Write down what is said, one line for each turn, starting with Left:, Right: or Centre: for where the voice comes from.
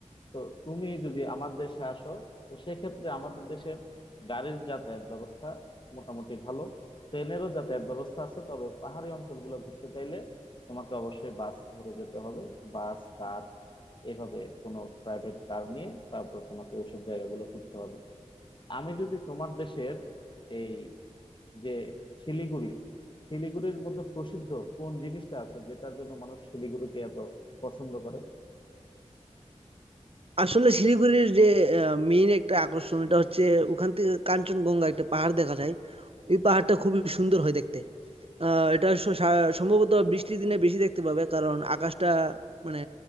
Left: তো তুমি যদি আমার দেশে আসো তো সেক্ষেত্রে আমাদের দেশের গাড়ির যাতায়াত ব্যবস্থা মোটামুটি ভালো ট্রেনেরও যাতায়াত ব্যবস্থা আছে তবে পাহাড়ি অঞ্চলগুলো ঘুরতে চাইলে তোমাকে অবশ্যই বাস ধরে যেতে হবে বাস কার এভাবে কোনো প্রাইভেট কার নিয়ে তারপর তোমাকে ওইসব জায়গাগুলো ঘুরতে হবে আমি যদি তোমার দেশের এই যে শিলিগুড়ি শিলিগুড়ির মধ্যে প্রসিদ্ধ কোন জিনিসটা আছে যেটার জন্য মানুষ শিলিগুড়িকে এত পছন্দ করে
Right: আসলে শিলিগুড়ির যে মেইন একটা আকর্ষণ এটা হচ্ছে ওখান থেকে কাঞ্চনজঙ্ঘা একটা পাহাড় দেখা যায় ওই পাহাড়টা খুবই সুন্দর হয় দেখতে আহ এটা স- সা- সম্ভবত বৃষ্টির দিনে বেশি দেখতে পাবে কারণ আকাশটা মানে